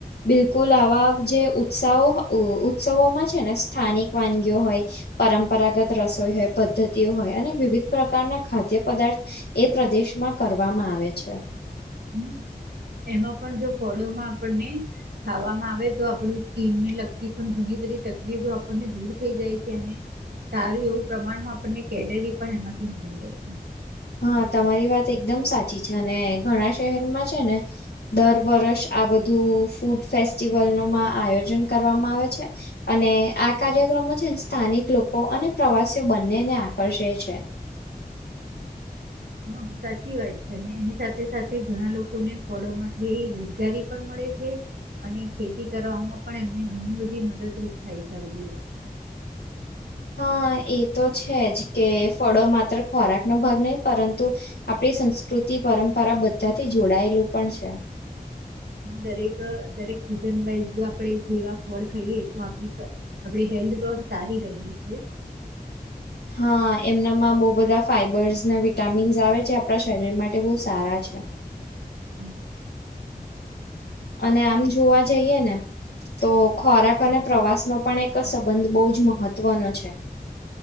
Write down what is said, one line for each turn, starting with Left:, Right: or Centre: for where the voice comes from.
Left: બિલકુલ આવા જે ઉત્સવો ઉત્સવોમાં છે ને સ્થાનિક વાનગીઓ હોય પરંપરાગત રસોઈ હોય પદ્ધતિઓ હોય અને વિવિધ પ્રકારના ખાદ્ય પદાર્થ એ પ્રદેશમાં કરવામાં આવે છે
Right: હમ એમાં પણ જો ફળોમાં આપણને ખાવામાં આવે તો આપણી સ્કીનને લગતી પણ ઘણી બધી તકલીફો આપણને દૂર થઈ જાય છે અને સારું એવું પ્રમાણમાં આપણને કેલરી પણ એમાંથી મળી રહે છે
Left: હા તમારી વાત એકદમ સાચી છે અને ઘણા શહેરમાં છે ને દર વર્ષ આ બધું ફૂડ ફેસ્ટિવલ નમાં આયોજન કરવામાં આવે છે અને આ કાર્યક્રમમાં છે સ્થાનિક લોકો અને પ્રવાસીઓ બંનેને આકર્ષે છે
Right: હ સાચી વાત છે અને એની સાથે સાથે ઘણા લોકોને ફળોમાંથી રોજગારી પણ મળે છે અને ખેતી કરવામાં પણ એમને ઘણી બધી મદદરૂપ થાય છે આ બધી વસ્તુ
Left: હા એ તો છે જ કે ફળો માત્ર ખોરાક નો ભાગ નહી પરંતુ આપડી સંસ્કૃતિ પરંપરા બધાથી જોડાયેલું પણ છે
Right: દરેક દરેક સીઝન વાઈઝ જો આપણે જેવા ફળ ખાઈએ તો આપ આપ હેલ્થ પણ સારી ર છે
Left: હા એમનામાં બહુ બધા ફાઈબર્સ ને વિટામિન્સ આવે જે આપણા શરીર માટે બહુ સારા છે
Right: <inaudible>
Left: અને આમ જોવા જઈએ ને તો ખોરાક અને પ્રવાસનોો પણ એક સંબંધ બહુ જ મહત્વનો છે